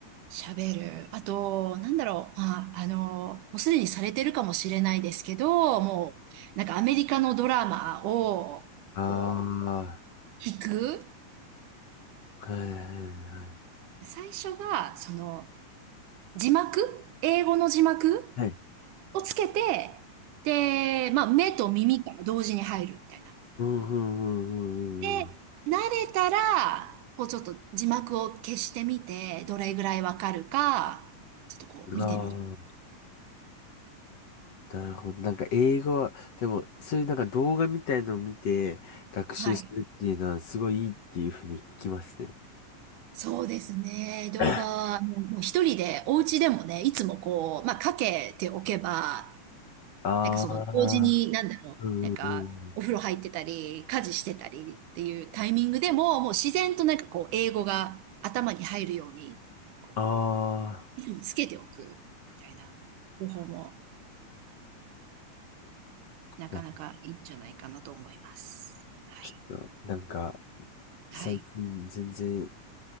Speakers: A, on the right; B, on the left.
A: 喋る。あと、なんだろう。まあ、あの、もうすでにされてるかもしれないですけど、もう、なんかアメリカのドラマを、
B: ああ、
A: こう、聞く。
B: はいはいはい。
A: 最初は、その、字幕英語の字幕
B: はい。
A: をつけて、で、まあ、目と耳から同時に入るみたいな。
B: うんうんうんうんうん
A: で、慣れたら、こうちょっと字幕を消してみて、どれぐらいわかるか、ちょっとこう見てみる。
B: ああ、なるほど。なんか英語は、でも、そういうなんか動画みたいのを見て学習するっていうのはすごいいいっていうふうに聞きますね。
A: はい。そうですね。動画、
B: <laughs>
A: もうもう一人で、お家でもね、いつもこう、まあ、かけておけば、
B: ああ、
A: なんかその、同時に、なんだろう、
B: うんうんうん。
A: なんか、お風呂入ってたり、家事してたりっていうタイミングでも、もう自然となんかこう、英語が頭に入るように、こ
B: ああ、
A: う、つけておく、みたいな方法もなかなかいいんじゃないかなと思います。
B: いや
A: はい。
B: ちょっと、なんか、最近全然、
A: はい。